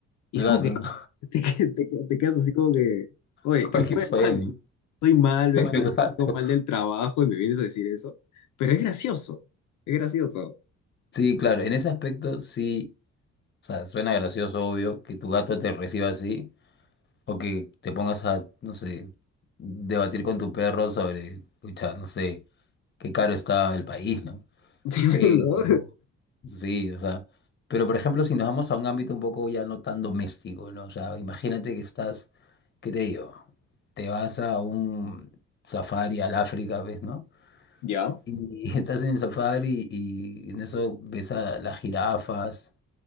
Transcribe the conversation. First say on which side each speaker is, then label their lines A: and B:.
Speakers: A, on the left (about 75°); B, on the left (about 35°).
A: Y
B: El
A: es
B: gato,
A: como que
B: ¿no?
A: te, que- te que- te quedas así como que, oye,
B: <laughs>
A: ¿qué fue,
B: ¿Qué
A: hermano?
B: fue? <laughs> El
A: Estoy mal, vengo,
B: Igual. gato.
A: vengo mal del trabajo y me vienes a decir eso. Pero es gracioso, es gracioso.
B: Sí, claro, en ese aspecto sí, o sea, suena gracioso, obvio, que tu gato te reciba así, o que te pongas a, no sé, debatir con tu perro sobre, pucha, no sé, qué caro está el país, ¿no?
A: <laughs> Sí,
B: Pero,
A: ¿no?
B: sí, o sea, pero por ejemplo, si nos vamos a un ámbito un poco ya no tan doméstico, ¿no? O sea, imagínate que estás, ¿qué te digo? Te vas a un safari al África, ¿ves, no?
A: ¿Ya?
B: Y <laughs> estás en el safari y en eso ves a las jirafas,